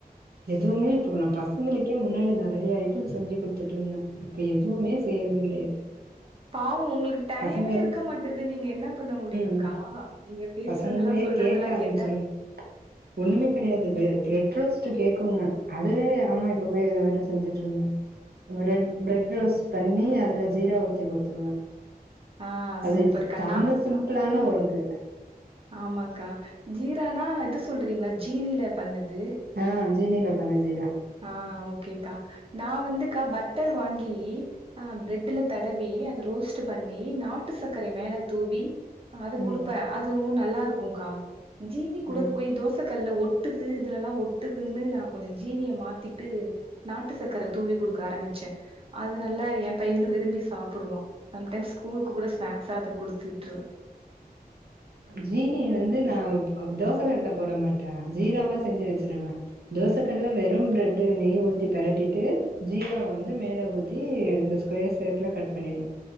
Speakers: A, on the right; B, on the right.
A: எதுவுமே இப்போ நா பசங்களுக்கே முன்னாடி நறைய ஐட்டம் செஞ்சு குடுத்துட்டுருந்தே இப்ப எதுவுமே செய்றது கெடையாது
B: பாவு உங்ளுக்கு டைமே
A: பசங்களே
B: இருக்க மாட்டுது நீங்க என்ன பண்ண முடியுகா
A: ம்
B: நீங்க பேச்றதுல்லா
A: பசங்களே
B: சொல்றதுல்லா
A: கேக்க ஆரம்பிச்சிடுங்க
B: கேட்டா
A: ஒண்ணுமே கெடையாது
B: ம்.
A: பிர ஃப்ரட் ரோஸ்ட் கேக்குங்க அதுவே ஆமா இப்ப போய் இத வேற செஞ்சுட்டு இருங்க ஃப்ரெட் ஃப்ரட்ரோஸ்ட் பண்ணி அதுல ஜீரா ஊத்தி குடுத்துருவே
B: ஆ
A: அது
B: சூப்பர்க்கா.
A: செம்ம சிம்பிளான ஒர்க்கு
B: ஆமாக்கா ஜீரானா எது சொல்றீங்ளா ஜீனில பண்ணது
A: ஆ ஜீனியில பண்ணதே தா
B: ஆ ஓகேக்கா நா வந்துக்கா பட்டர் வாங்கி ஆ பிரெட்ல தடவி அது ரோஸ்ட் பண்ணி நாட்டு சக்கர மேல தூவி அத கொடுப்பே
A: ம்
B: அதுவும் நல்லா இருக்கும்கா ஜீனி கூட
A: ஆ
B: போய் தோசை கல்ல ஒட்டி ஒட்டுது இதுலல்லாம் ஒட்டுதுன்னு நான் கொஞ்ச ஜீனிய மாத்திட்டு நாட்டு சக்கர தூவி குடுக்க ஆரம்பிச்சே அது நல்லா என் பையனு விரும்பி சாப்பிடுவா சம்டைம்ஸ்ஸ்கூலுக்கு கூட ஸ்நாக்ஸ்சா அதை குடுத்து விட்டுருவே.
A: ஜீனிய வந்து நான் தோசை கல்ல போட மாட்டேன் ஜீராவா செஞ்சு வச்சிருவே தோசைகல்லுல வெறு பிரெட் நெய் ஊத்தி பிரட்டிட்டு ஜீராவ வந்து மேல ஊத்தி இந்த கொயர்ஷேப்ல கட் பண்ணிடுவே